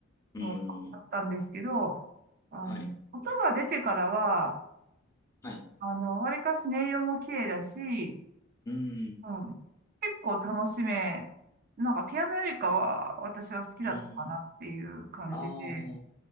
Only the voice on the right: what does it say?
のがあったんですけど、あの、
音が出てからは、
あの、わりかし音色も綺麗だし、
うん、結構楽しめ、なんかピアノよりかは私は好きだったかなっていう感じで、